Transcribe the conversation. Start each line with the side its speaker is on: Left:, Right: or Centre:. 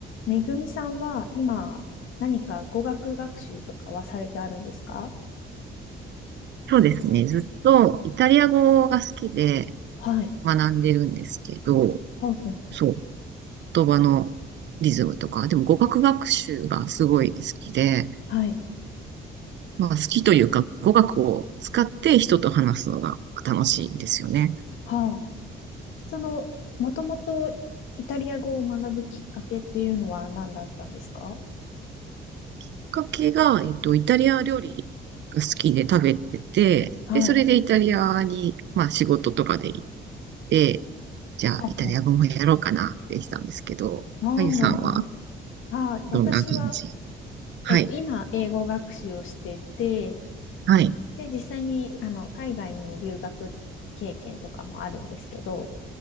Left: めぐみさんは今何か語学学習とかはされてあるんですか
Right: そうですね。ずっとイタリア語が好きで
Left: はい。
Right: 学んでるんですけど、
Left: ほうほう。
Right: そう、言葉のリズムとか、でも語学学習がすごい好きで、
Left: はい。
Right: まあ好きというか語学を使って人と話すのが楽しいんですよね。
Left: はあ。その、もともとイタリア語を学ぶきっかけっていうのは何だったんですか
Right: きっかけが、えっと、イタリア料理が好きで食べてて、
Left: はい。
Right: で、それでイタリアに、まあ仕事とかで行って、じゃあイタリア語もやろうかなってしたんですけど、
Left: はあはあ。ああ、
Right: あゆさんは
Left: なるほど。ああ、私は、
Right: どんな感じはい、
Left: えっと、今、英語学習をしてて、
Right: はい。
Left: で、実際に、あの、海外に留学経験とかもあるんですけど、